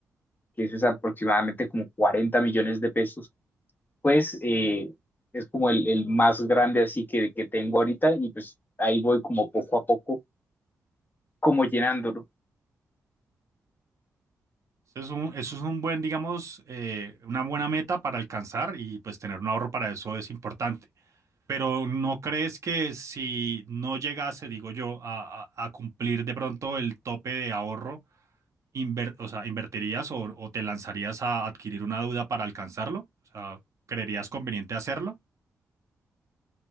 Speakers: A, on the left (about 30°); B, on the right (about 55°).
A: que eso es aproximadamente como 40 millones de pesos, pues eh, es como el, el más grande así que, que tengo ahorita y pues ahí voy como poco a poco, como llenándolo.
B: Eso es un, eso es un buen, digamos, eh, una buena meta para alcanzar y pues tener un ahorro para eso es importante. Pero ¿no crees que si no llegase, digo yo, a, a- a cumplir de pronto el tope de ahorro, inver- o sea, invertirías o, o te lanzarías a adquirir una deuda para alcanzarlo? O sea, ¿creerías conveniente hacerlo?